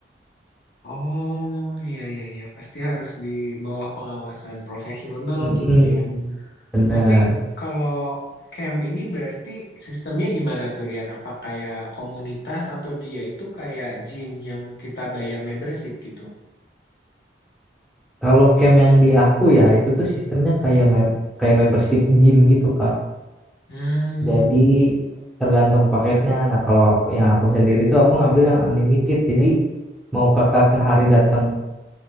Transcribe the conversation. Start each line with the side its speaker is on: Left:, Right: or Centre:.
Left: Oh iya iya iya pasti harus di bawah pengawasan profesional
Centre: Mm-mm.
Left: gitu ya.
Centre: Benar.
Left: Tapi kalau camp ini berarti sistemnya gimana tuh Rian? Apa kayak komunitas atau dia itu kayak gym yang kita bayar membership gitu?
Centre: Kalau camp yang di aku ya itu tuh sistemnya kayak mem kayak membership gym gitu Kak.
Left: Hmm,
Centre: Jadi tergantung paketnya. Nah kalau aku- yang aku sendiri tuh aku ngambil yang unlimited. Jadi mau kakak sehari datang